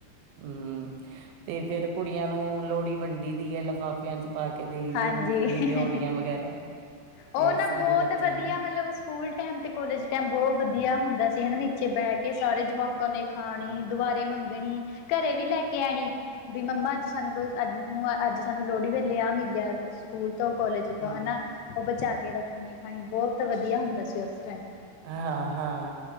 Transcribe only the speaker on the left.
ਹਾਂਜੀ
ਉਹ
ਨਾ
ਬਹੁਤ
ਵਧੀਆ
ਮਤਲਬ ਸਕੂਲ ਟਾਈਮ ਤੇ ਕੋਾਲਜ ਟਾਈਮ ਬਹੁਤ ਵਧੀਆ ਹੁੰਦਾ ਸੀ। ਹਨਾ ਨੀਚੇ ਬਹਿ ਕੇ ਸਾਰੇ ਜਵਾਕਾਂ ਨੂੰ ਖਾਣੀ ਦੁਬਾਰੇ ਮੰਗਣੀ ਘਰੇ ਵੀ ਲੈ ਕੇ ਆਣੀ ਵੀ ਮੰਮਾ ਅੱਜ ਸਾਨੂੰ ਅ' ਅੱਜ ਸਾਨੂੰ ਲੋਹੜੀ ਵੇਲੇ ਆਹ ਮਿਲੀ ਜਾਂ ਸਕੂਲ ਤੋਂ ਕੋਾਲਜ ਤੋਂ
ਹਨਾ ਉਹ ਬੱਚੇ ਚਾ ਕੇ ਰੱਖਣੀ ਖਾਣੀ ਬਹੁਤ ਵਧੀਆ ਹੁੰਦਾ ਸੀ। ਉਸ ਟਾਈਮ